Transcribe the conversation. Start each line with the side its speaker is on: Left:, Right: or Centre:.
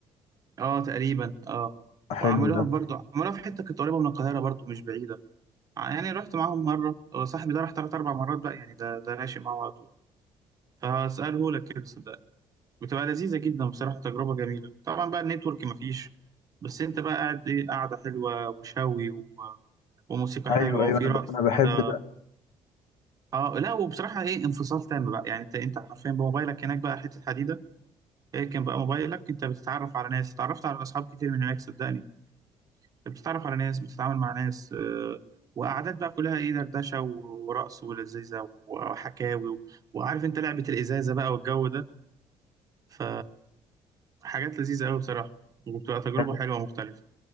Right: اه تقريبا اه
Left: حلو
Right: وعملوها
Left: ده
Right: برضه عملوها في حته كانت قريبه من القاهره برضه مش بعيده يعني رحت معاهم مره آه، صاحبي ده راح ثلاث اربع مرات بقى يعني ده ده راشي معاه على طول فهساله لك كده صدقني بتبقى لذيذة جدا بصراحة تجربة جميلة طبعا بقى النتورك مفيش بس انت بقى قاعد ايه قاعدة حلوة وشوي و... وموسيقى
Left: ايوه
Right: حلوة
Left: ايوه
Right: وفي
Left: انا ب-
Right: رقص
Left: انا
Right: كده
Left: بحب
Right: اه لا وبصراحة ايه انفصال تام بقى يعني انت انت حرفيا بموبايلك هناك بقى حتة حديدة اركن بقى موبايلك انت بتتعرف على ناس اتعرفت على اصحاب كتير من هناك صدقني بتتعرف على ناس بتتعامل مع ناس آه وقعدات بقى كلها ايه دردشة و- ورقص ولذيذة وحكاوي و... وعارف انت لعبة الإزازة بقى والجو ده ف... حاجات لذيذة أوي بصراحة وبتبقى تجربة
Left: ده
Right: حلوة ومختلفة